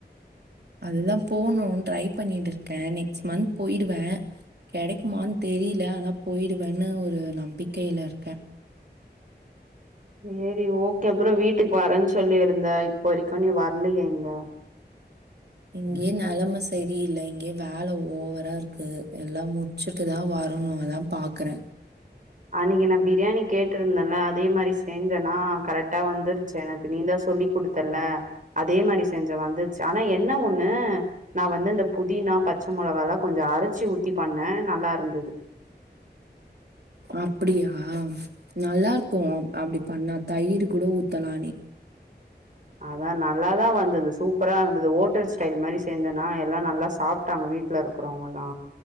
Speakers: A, on the right (about 65°); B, on the right (about 45°).
A: அதுதான் போணு ட்ரை பண்ணிட்டு இருக்கேன் நெக்ஸ்ட் மந்த் போயிடுவேன் கிடைக்குமான் தெரில ஆனா போய்டுவேன்னு ஒரு நம்பிக்கையில இருக்கேன்
B: சேரி ஓகே அப்றோ வீட்டுக்கு வரேன்னு சொல்லிருந்த இப்போ வரைக்கு நீ வரலையே இங்க
A: இங்கேயே நலம சரியில்ல இங்கயே வேல ஓவரா இருக்கு எல்லா மு டிச்சுட்டு தான் வரணு அதான் பாக்குறேன்
B: அன்னிக்கு நான் பிரியாணி கேட்டிருந்தேல அதே மாரி செஞ்சனா கரெக்டா வந்துருச்சு எனக்கு நீ தான் சொல்லிகுடுத்தல்ல அதே மாரி செஞ்ச வந்துருச்சு ஆனா என்ன ஒண்ணு நா வந்து இந்த புதினா பச்ச மொளகால்லா கொஞ்சோ அறச்சி ஊத்தி பண்ணேன் நல்லா இருந்தது
A: அப்டியா நல்லா இருக்கும் அ அப்டி பண்ணா தயிர் கூட ஊத்தலா நீ
B: அதான் நல்லாதான் வந்தது சூப்பரா வந்தது ஹோட்டல் ஸ்டைல் மாரி செஞ்சனா எல்லா நல்லா சாப் டாங்க வீட்ல இருக்குறவங்கயெல்லா